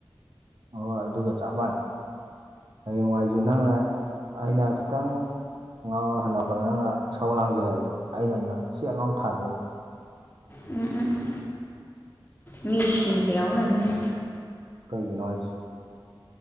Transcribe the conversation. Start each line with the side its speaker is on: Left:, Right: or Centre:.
Right: ꯍꯣꯏ ꯑꯗꯨꯒ ꯆꯞ ꯃꯥꯟꯅꯩ ꯍꯌꯦꯡꯋꯥꯏꯖꯨ ꯅꯪꯅ ꯑꯩꯅ ꯈꯤꯇꯪ ꯉꯥꯎꯔ ꯍꯜꯂꯛꯄꯗ ꯅꯪꯅ ꯏꯁꯧ ꯂꯥꯡꯁꯤꯜꯂꯛꯑꯗꯤ ꯑꯩꯅ ꯅꯪ ꯁꯦꯠ ꯂꯥꯎꯅ ꯊꯥꯗꯣꯏꯅꯤ
Left: ꯎꯝ ꯎꯝ ꯎꯝ ꯃꯤ ꯁꯤꯕ ꯌꯥꯎꯉꯅꯤꯍꯦ꯫
Right: ꯀꯩꯒꯤꯅꯣ ꯍꯥꯏ꯭ꯁ